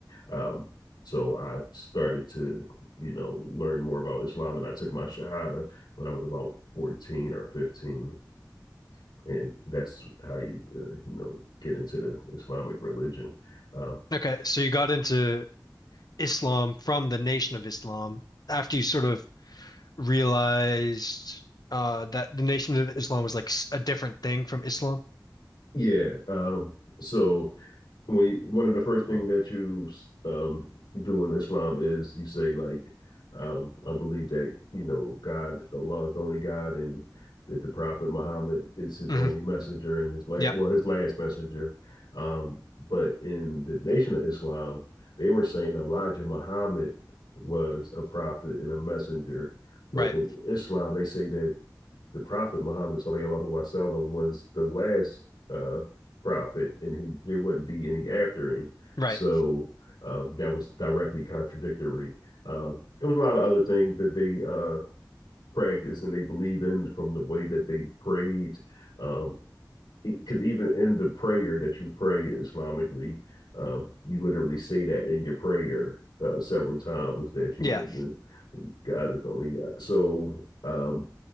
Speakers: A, on the left (about 90°); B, on the left (about 60°).
A: um, so I started to, you know, learn more about Islam, and I took my Shahada when I was about 14 or 15. And that's how you, uh, you know, get into the Islamic religion. Uh,
B: Okay, so you got into Islam from the Nation of Islam after you sort of realized uh that the Nation of Islam was like s- a different thing from Islam.
A: yeah. Um, so when you, one of the first things that you um do in Islam is you say like um I believe that you know God Allah is the only God and that the Prophet Muhammad is his
B: hmm
A: only messenger and his last
B: Yep,
A: well his last messenger. Um, but in the Nation of Islam, they were saying Elijah Muhammad was a prophet and a messenger. But
B: right.
A: in Islam, they say that the Prophet Muhammad sallallahu alaihi wasallam was the last uh, prophet, and he there wouldn't be any after him.
B: Right.
A: So uh, that was directly contradictory. Um, there was a lot of other things that they uh, practiced and they believed in from the way that they prayed. Um, because even in the prayer that you pray Islamically, um, you literally say that in your prayer uh, several times that you
B: Yeah.
A: know God is the only God. So um,